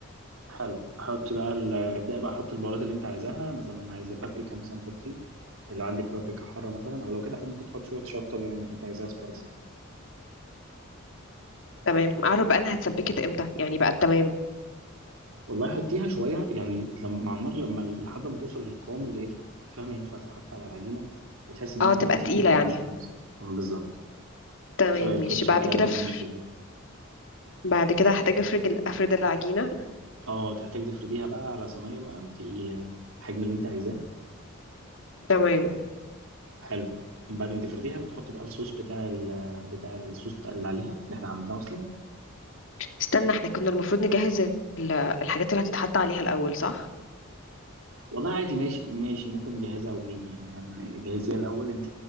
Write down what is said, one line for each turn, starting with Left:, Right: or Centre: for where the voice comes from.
Right: حلو حط بقى ال... ابدأي بقى حط البهارات اللي انت عايزاها مثلا عايزه بابريكا مثلا حطي لو عندك بابريكا حاره مثلا او لو كده ممكن تحط شويه شطه بما انك انت عايزاها سبايسي
Left: تمام اعرف بقى انا هتسبكت امتى يعني بقى تمام
Right: والله حطيها شويه يعني لما مع النار لما لحد ما توصل للقوام اللي ايه فاهمه ينفع تتحط على العجينه وتحس ان هو
Left: اه
Right: قوام
Left: تبقى
Right: تقيل
Left: تقيلة
Right: كده
Left: يعني
Right: ماسك نفسه آه، بالظبط
Left: تمام
Right: شبه الكاتشب
Left: مش بعد
Right: كده
Left: كده
Right: اللي احنا
Left: في...
Right: بنشتريه
Left: بعد كده هحتاج افرد ال- افرد العجينة
Right: اه تحتاج تفرديها بقى على صينيه بقى انت الحجم اللي انت عايزاه
Left: تمام
Right: حلو بعد ما تفرديها بتحط بقى الصوص بتاع ال بتاع الصوص بتاع اللي عليها اللي احنا عملناه اصلا
Left: استنى احنا كنا المفروض نجهز ال- الحاجات اللي هتتحط عليها الاول صح
Right: والله عادي ماشي ماشي ممكن نجهزها ونيجي يعني أنا- جهزيها الاول انت